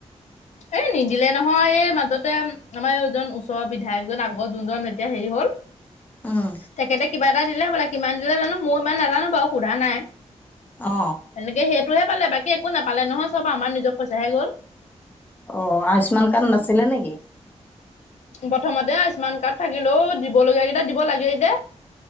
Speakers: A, on the left; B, on the left.
A: এ নিদিলে নহয়। এই মাজতে আমাৰ এইজন ওচৰৰ বিধায়কজন আগৰ যোনজন এতিয়া হেৰি হল
B: উম
A: তেখেতে কিবা <unintelligible> দিলে বোলে, কিমান দিলে জানো, মই ইমান নাজানো বাৰু সোধা নাই।
B: অ
A: এনেকে সেইটোহে <unintelligible> বাকী একো নাপালে নহয়, চব আমাৰ নিজৰ পইচাহে গ'ল।
B: অ' আয়ুস্মান কাৰ্ড নাছিলে নেকি?
A: প্ৰথমতে আয়ুস্মান কাৰ্ড থাকিলেও, দিব লগীয়া কেইটা দিব লাগেই যে।